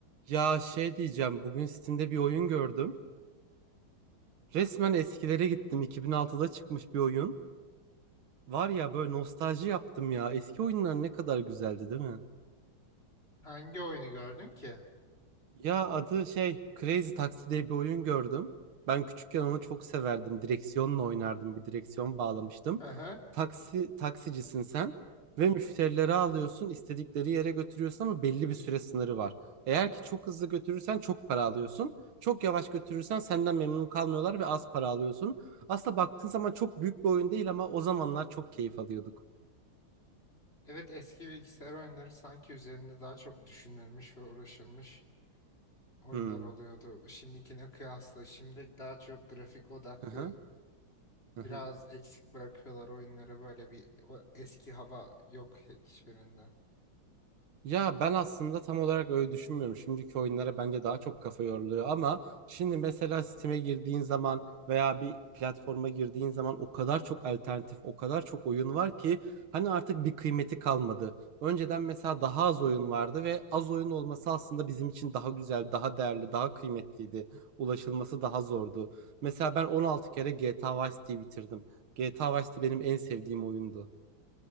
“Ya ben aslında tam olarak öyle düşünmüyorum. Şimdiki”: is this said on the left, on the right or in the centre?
Right